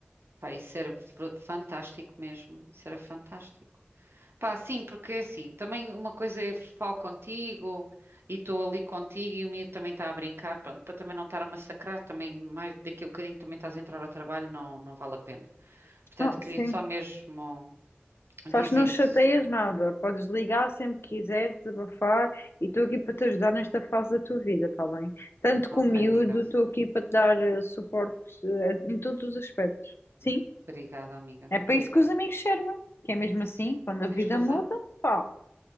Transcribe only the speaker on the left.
Ah,
sim.
Sabes,
não chateias
nada, podes ligar sempre que quiseres, desabafar, e estou aqui para te ajudar nesta fase da tua vida, está bem? Tanto
com o miúdo,
estou aqui para te dar eh, suporte eh, em todos os aspectos. Sim,
é para
isso que os amigos servem, que é mesmo assim,
quando a
vida
muda, pá,